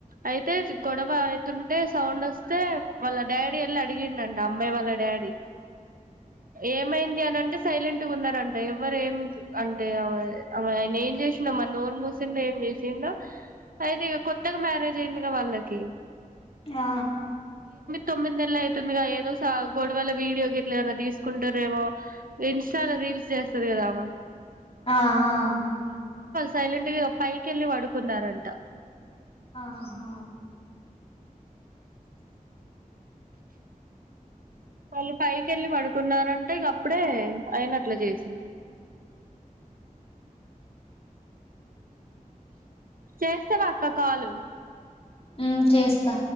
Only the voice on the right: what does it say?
అయితే గొడవ అయితుంటే సౌండ్ వస్తే వాళ్ల డాడీ వెళ్లి అడిగిండు అంట అమ్మాయి వాళ్ల డాడీ ఏమైంది అని అంటే సైలెంట్ గా ఉన్నారంట ఎవ్వరు ఏం అంటే ఆయన ఏం చేసిన మరి నోర్ మూసిండో ఏం చేసిండో అయితే ఇగ కొత్తగా మ్యారేజ్ అయింది గా వాళ్లకి
తొమ్మిది నెల్లు అయితుందిగా ఏదో గొడవల వీడియో గిట్లా ఏమైన్నా తీసుకుంటురేమో ఇన్స్టాలో రీల్స్ చేస్తాది కదా అమా
సైలెంట్ గా పైకెళ్ళి పడుకున్నారంట
వాళ్లు పైకి వెళ్ళి పడుకున్నారంట ఇగ అప్పుడే ఆయన అట్లా చేసింది చేస్తావా అక్క కాల్